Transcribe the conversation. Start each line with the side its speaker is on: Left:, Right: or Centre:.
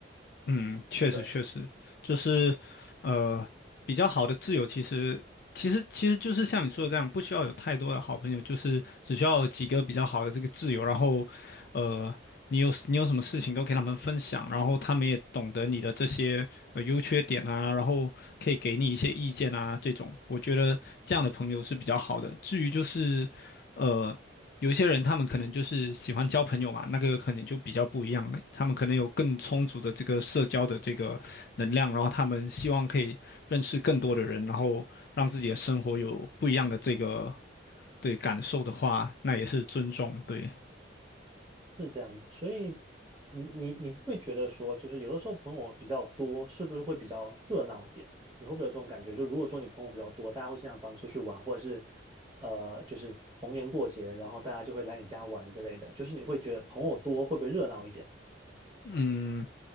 Left: 嗯，确实确实，
Right: 对。
Left: 就是呃，比较好的挚友其实其实其实就是像你说的这样，不需要有太多的好朋友，就是只需要有几个比较好的这个挚友，然后呃，你有你有什么事情都给他们分享，然后他们也懂得你的这些呃优缺点啊，然后可以给你一些意见啊，这种我觉得这样的朋友是比较好的。至于就是。呃。有些人他们可能就是喜欢交朋友嘛，那个可能就比较不一样了。他们可能有更充足的这个社交的这个能量，然后他们希望可以认识更多的人，然后让自己的生活有不一样的这个对感受的话，那也是尊重。对，
Right: 是这样的，所以你你你会觉得说，就是有的时候朋友比较多，是不是会比较热闹一点？你会不会有这种感觉？就如果说你朋友比较多，大家会经常找你出去玩，或者是呃，就是逢年过节，然后大家就会来你家玩之类的，就是你会觉得朋友多会不会热闹一点？
Left: 嗯，